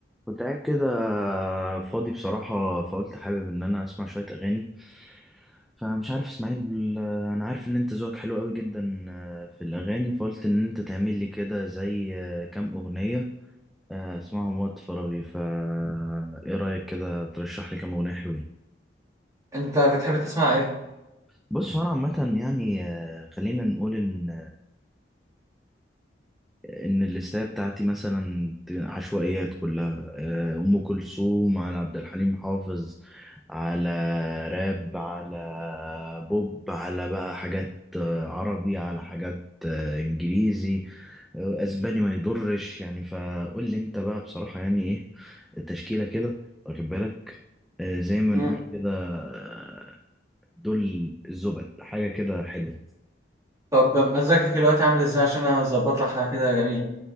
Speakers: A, in the centre; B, on the right (about 20°).
A: كنت قاعد كده فاضي بصراحة فقلت حابب إن أنا أسمع شوية أغاني فمش عارف إسماعيل أنا عارف إن أنت ذوقك حلو قوي جدا في الأغاني فقلت إن أنت تعمل لي كده زي كام أغنية آه، أسمعهم وقت فراغي فا إيه رأيك كده ترشح لي كام أغنية حلوين
B: انت بتحب تسمع ايه
A: بص هو أنا عامة يعني آه، خلينا نقول إن ان الليستة بتاعتي مثلا عشوائيات كلها آه، ام كلثوم على عبد الحليم حافظ على راب على بوب على بقى حاجات آه، عربي على حاجات آه، انجليزي آه، اسباني ما يضرش يعني فقول لي انت بقى بصراحة يعني ايه التشكيلة كده واخد بالك آه، زي ما
B: مم.
A: نقول كده آه، دول الزبد حاجة كده حلوة
B: طب مزاجك دلوقتي عامل ازاي عشان اظبط لك حاجه كده جميله